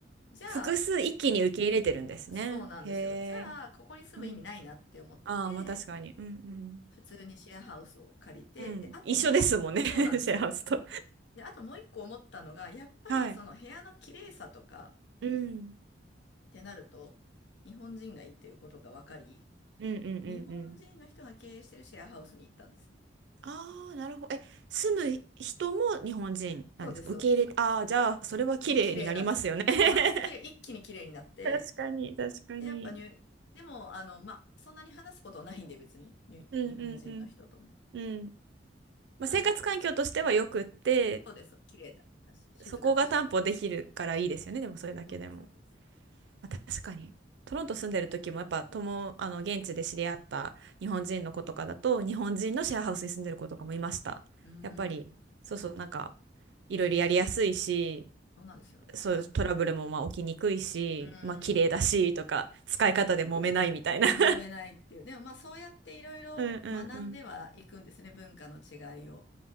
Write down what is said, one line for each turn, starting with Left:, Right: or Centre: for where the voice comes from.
Left: じゃあ、
Right: 複数一気に受け入れてるんですね。
Left: そうなんですよ。
Right: へえ。
Left: じゃあ、ここに住む意味ないなって思って、
Right: うん。ああ、まあ確かに。うんうん。
Left: 普通にシェアハウスを借りて、
Right: うん。
Left: で、あともうい、
Right: 一緒ですもんね。
Left: そうなんですよ。
Right: <laughs> シェアハウスと。
Left: で、あともう一個思ったのが、やっぱりその部屋の綺麗さとか
Right: はい。うん。
Left: ってなると、日本人がいいっていうことが分かり、
Right: うんうんうんうん。
Left: 日本人の人が経営してるシェアハウスに行ったんです。
Right: ああ、なるほど。え、住む人も日本人なんですか受け入れああ、
Left: そうです、そうです、そうです。
Right: じゃあ、それは綺麗になりますよね
Left: 綺麗なんです。そうなんです。
Right: <laughs>
Left: 綺麗、一気に綺麗になって、
Right: 確かに、確かに。
Left: で、やっぱニューでも、あの、まあ、そんなに話すことないんで、別に、に日本人の人とも。
Right: うんうんうん。うん。まあ、
Left: なんで、
Right: 生活環境としてはよくって、
Left: そうです、綺麗だし、静かだし。
Right: そこが担保できるからいいですよね、でもそれだけでも。
Left: そうです、そうです。
Right: まあ、確かに。トロント住んでる時もやっぱとも、あの現地で知り合った日本人の子とかだと、日本人のシェアハウスに住んでる子とかもいました。
Left: うーん、
Right: やっぱり、そうそう、なんか、いろいろやりやすいし、
Left: そうなんですよね。
Right: そういうトラブルもまあ起きにくいし、
Left: うーん、
Right: まあ綺麗だしとか、使い方で揉めないみたいな。
Left: 揉めないっていう。
Right: <laughs>
Left: でも、まあ、そうやっていろいろ学んではいくんですね、
Right: うんうんうん。
Left: 文化の違いを。